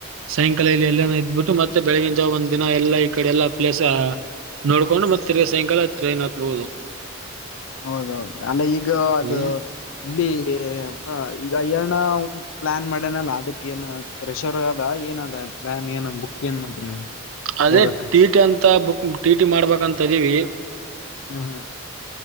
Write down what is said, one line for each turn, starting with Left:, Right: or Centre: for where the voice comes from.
Right: ಸಾಯಂಕಾಲ ಇಲ್ಲಿ ಎಲ್ಲನ ಇದ್ಬಿಟ್ಟು ಮತ್ತೆ ಬೆಳಗಿನ ಜಾವ ಒಂದ್ ದಿನ ಎಲ್ಲಾ ಈ ಕಡೆ ಎಲ್ಲಾ ಪ್ಲೇಸ್ ನೋಡ್ಕೊಂಡು ಮತ್ತ ತಿರ್ಗಿ ಸಾಯಂಕಾಲ ಟ್ರೈನ್ ಹತ್ಬಹುದು
Left: ಹೌದೌದು ಅಲ್ಲ ಈಗ ಅದು
Right: ಹ್ಮ್
Left: ಇಲ್ಲಿ ಪ್ಪ ಈಗ ನ ಪ್ಲಾನ್ ಮಾಡೇನಲ್ಲ ಅದಕ್ಕ ಏನ್ ಕ್ರೆಷರ್ ಅದ ಏನದ ನಾ ನೀನು ಬುಕ್ ಏನ್ ಮಾಡಿನಿ ನೀನ್
Right: ಅದೇ
Left: ಹೋಗಕ
Right: ಟಿ ಟಿ ಅಂತ ಬುಕ್ ಟಿ ಟಿ ಮಾಡ್ಬೇಕಂತ ಆದಿವಿ
Left: ಹ ಹಾ